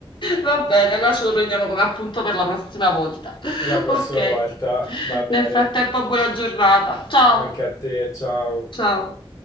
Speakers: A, on the left; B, on the left.
A: Va bene, allora ce lo prendiamo come appunto per la prossima volta. <laughs>
B: Per la prossima
A: Ok.
B: volta, va bene.
A: Nel frattempo buona giornata. Ciao,
B: Anche a te, ciao.
A: ciao.